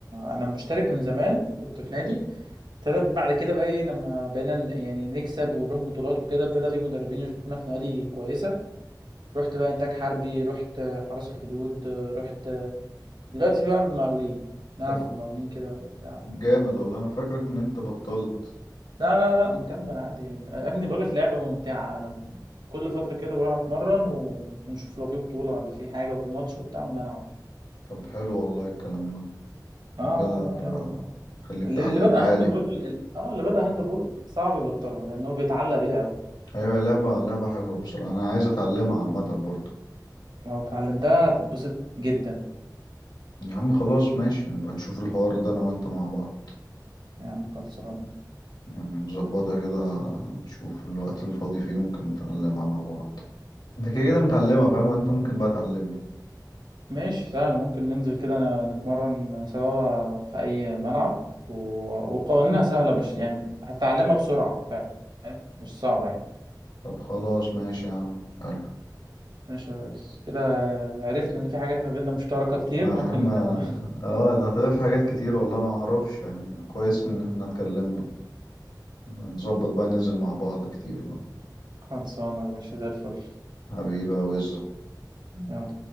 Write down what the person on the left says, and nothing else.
طب
جامد والله أنا فاكرك إن أنت بطلت
طب حلو والله الكلام ده
وكده
ب-
خليك
تعلمها
لي
أيوة يا لعبة لعبة حلوة بصراحة أنا عايز أتعلمها عامة برضو
يا عم خلاص ماشي نبقى نشوف الحوار ده انا وانت مع بعض
يعني نظبطها كده نشوف الوقت الفاضي فيه ممكن نتعلمها مع بعض انت كده كده متعلمها فاهم انت ممكن بقى تعلمني
طب خلاص ماشي يا عم حلو
يا عم
اه ده هتبقى في حاجات كتير والله ما اعرفش يعني كويس
ان احنا اتكلمنا نبقى نظبط بقى ننزل مع بعض كتير بقى
حبيبة وزة